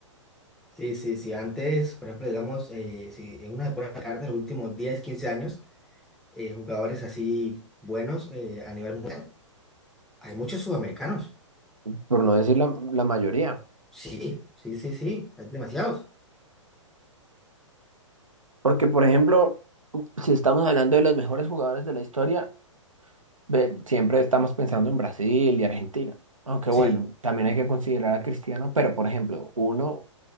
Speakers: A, in the centre; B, on the right.
A: Sí, sí, sí. Antes, por ejemplo, digamos, eh, si uno una pone a de los últimos diez 15 años, eh, jugadores así buenos eh, a nivel mundial, hay muchos sudamericanos.
B: por no decir la, la mayoría.
A: Sí, sí, sí, sí. Hay demasiados.
B: Porque, por ejemplo, si estamos hablando de los mejores jugadores de la historia, ve- siempre estamos pensando en Brasil y Argentina. Aunque
A: Sí,
B: bueno, también hay que considerar a Cristiano, pero por ejemplo, uno